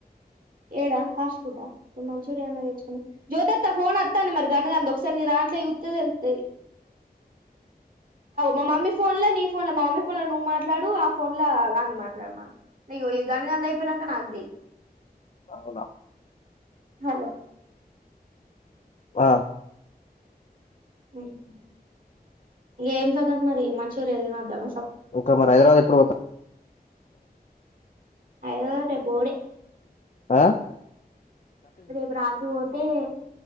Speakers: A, on the right; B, on the left.
A: ఏడా ఫాస్ట్ ఫుడా మంచూరియన్ తేచుకు జోయత ఫోన్ వస్తాంది మరి గనగాంధ ఒకసారి నీ దంట్లో ఫోన్ ఒత్ంది మరి గన్ గంద్ ఒక సారి నీ దాంట్లో చూసే తేలేతది మా మమ్మీ ఫోన్ లో నీ ఫోన్ లో మా మమ్మీ ఫోన్ లో నువ్వు మాట్లాడు ఆ ఫోన్ లో అని మాట్లాడు మ న గన్ గాంధీ అయిపోయినాక నాక్ చేయన్
B: అవునా
A: హలో
B: ఆ
A: ఇంక ఏం సంగతులు మరి మనుచూయన్ర్ తిన వద్దాం
B: ఇంకా మరి హైదరాబాద్ ఎప్పుడు పోత్
A: హైదరాబాద్ రెేప్ బోవుడే
B: ఆ
A: రేపు రాజు పొతే